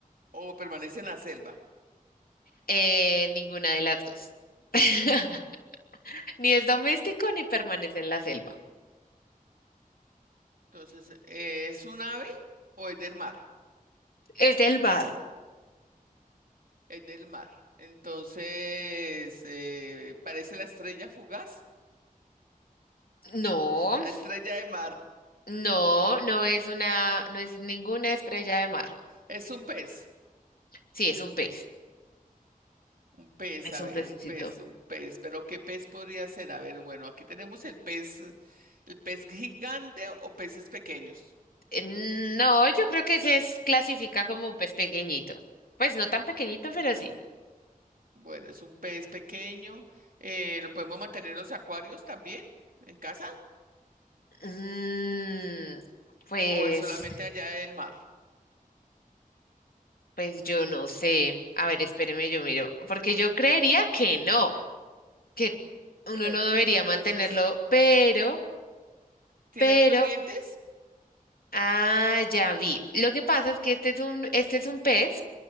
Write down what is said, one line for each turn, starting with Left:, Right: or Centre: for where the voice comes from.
Right: o permanece en la selva?
Left: Eh, ninguna de las dos. <laughs> Ni es doméstico ni permanece en la selva.
Right: Entonces, eh, ¿es un ave o es del mar?
Left: Es del mar.
Right: Es del mar. Entonces, eh, parece la estrella fugaz,
Left: No,
Right: la estrella de mar.
Left: no, no es una, no es ninguna estrella de mar.
Right: Es un pez,
Left: Sí, es un pez.
Right: un pez,
Left: Es
Right: a
Left: un
Right: ver,
Left: pececito.
Right: un pez, un pez. Pero ¿qué pez podría ser? A ver, bueno, aquí tenemos el pez, el pez gigante o peces pequeños.
Left: Eh, No, yo creo que se es- clasifica como un pez pequeñito. Pues no tan pequeñito, pero sí.
Right: Bueno, es un pez pequeño. Eh, ¿lo podemos mantener en los acuarios también, en casa?
Left: Mm, pues,
Right: ¿O es solamente allá del mar?
Left: pues yo no sé. A ver, espéreme, yo miro. Porque yo creería que no. que uno
Right: Pero,
Left: no debería
Right: entonces,
Left: mantenerlo, pero,
Right: ¿tiene
Left: pero,
Right: hartos dientes?
Left: ah, ya vi. Lo que pasa es que este es un, este es un pez